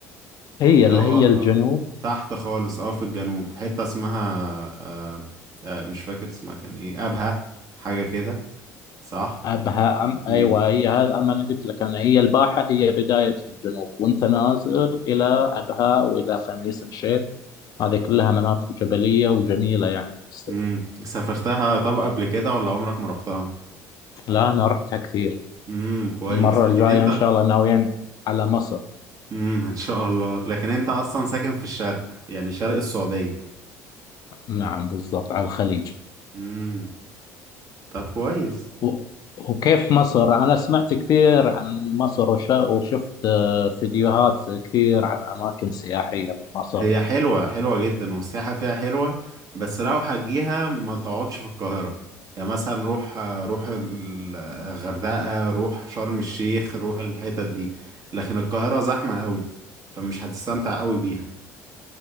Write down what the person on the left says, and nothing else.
هي
اللي
هي الجنوب
أبها أم
أيوة هي هذا أما أنا قلت لك أنا هي الباحة هي بداية الجنوب وأنت نازل إلى أبها وإلى خميس مشيط هذه كلها مناطق جبلية وجميلة يعني في الصيف.
لا أنا رحتها كثير
المرة
الجاية
إن شاء الله ناويين على مصر
نعم بالضبط على الخليج
و... وكيف مصر أنا سمعت كثير عن مصر وش... وشفت آه، فيديوهات كثير عن أماكن سياحية في مصر